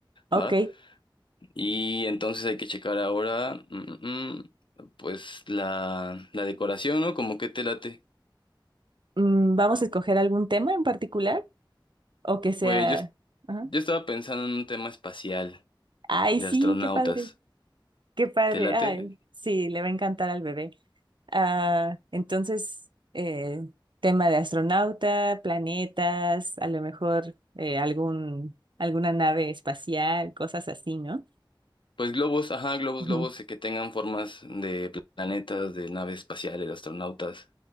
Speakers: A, on the right; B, on the left.
A: ok.
B: ¿va? Y entonces hay que checar ahora, mm, mm, mm, pues la, la decoración, ¿no? Como que te late.
A: Mm, ¿vamos a escoger algún tema en particular? O que sea...
B: Pues yo, es-
A: ajá.
B: yo estaba pensando en un tema espacial
A: Ay,
B: de
A: sí,
B: astronautas.
A: qué padre, qué padre.
B: ¿Te late?
A: Ay, sí, le va a encantar al bebé. Ah, entonces, eh, tema de astronauta, planetas, a lo mejor eh, algún, alguna nave espacial, cosas así, ¿no?
B: Pues globos, ajá, globos,
A: Ujú.
B: globos eh, que tengan formas de planetas, de naves espaciales, de astronautas.